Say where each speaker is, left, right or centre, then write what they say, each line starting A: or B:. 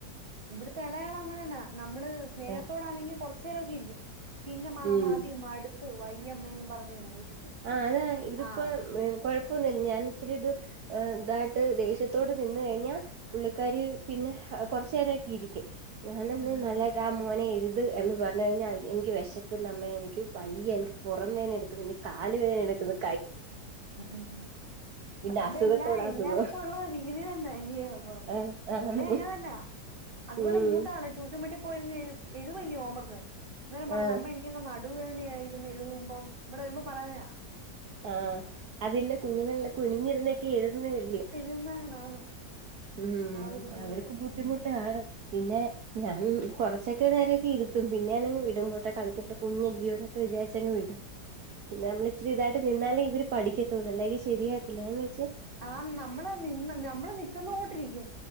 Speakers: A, on the right; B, on the right.
A: ഇവിടുത്തെ ഇളയാളം അങ്ങനെന്നാ നമ്മള് സ്നേഹത്തോടാണെങ്കിൽ
B: ആഹ്
A: കുറച്ച നേരമൊക്കെ ഇരിക്കും പിന്നെ മാ
B: ഉം
A: മാതി മട്ത്ത് വയ്യ അമേന്ന് പറഞ്ഞ് പോവും
B: ആഹ അതാ ഇതിപ്പോ
A: ആഹ്
B: കൊഴപ്പൊന്നില്ല ഞാൻ ഇച്ചിരി ഇത് ഇതായിട്ട് ദേഷ്യത്തോട് നിന്ന കഴിഞ്ഞാൽ പുള്ളിക്കാര് പിന്നെ കൊറച്ചു നേരൊക്കെ ഇരിക്കും. ഞാനന്ന്
A: ഉം ഉം
B: നല്ല ടാമ മോനെ എഴുത് എന്ന് പറഞ്ഞഞ് കഴിഞ്ഞാൽ എനിക്ക് വിശക്ക നമ്മയെ എനിക്ക് വയ്യ എനിക്ക് പുറംവേനെ എടുക്കുന്ന എനിക്ക് കാല് വേദന എടുക്കുന്ന്
A: ഹ്ഹ്അതെല്ലാ
B: പിന്നെ അസുഖത്തോട്
A: എല്ലാർക്കോള്ള
B: അസുഖം
A: രീതി തന്ന ഇന അ
B: ആഹ് ആന്ന്
A: ഇവിടേം അങ്ങനെ തന്നാ. അതുപോലെ
B: ഉം
A: മൂത്താൾ ട്യൂഷൻ വീട്ടി പോയിരുന്നു എഴു ഏഴുതവല്ലേ ഹോമർക്ക് അന്നേര പറഞ്ഞ
B: ആഹ്
A: അമ്മ എനിക്ക് എനിക്കങ്ങ നടുവേദനയായിരുന്നു എഴുതുമ്പം ഇവിടെ വരുമ്പോ പറയുന്നതാ
B: ആഹ അതില്ല കുഞ്ഞുങ്ങളല്ലാം കുനിഞ്ഞിരുന്നൊക്കെ എഴതുന്നതല്
A: <unintelligible> <inaudible>
B: ഉം
A: ആ ഒരു ബുദ്ധിമുട്ട്
B: അവർക്ക് ബുദ്ധിമുട്ട്
A: ഉം
B: ആ പിന്നെ ഞാൻ കുറച്ചൊക്കെ നേരൊക്കെ നാൻ നാൻ കുറച്ചു ഇരുത്തും പിന്നെ ഞാനങ്ങ് വിടുമ്പോട്ടെ കളിക്കിട്ട കുഞ്ഞല്ലയോ എന്നൊക്കെ വിചാരിച്ചങ്ങ് വിടും പിന്നെ നമ്മള ഇച്ചിരി ഇതായിട്ട് നിന്നാലേ ഇവര് പഠിക്കത്തള്ളൂ അല്ലെങ്കിൽ ശരിയാത്തില്ല വെച്ച
A: ആ നമ്മള് നിന്ന് നമ്മള് നിക്കുന്നോണ്ടിരിക്കും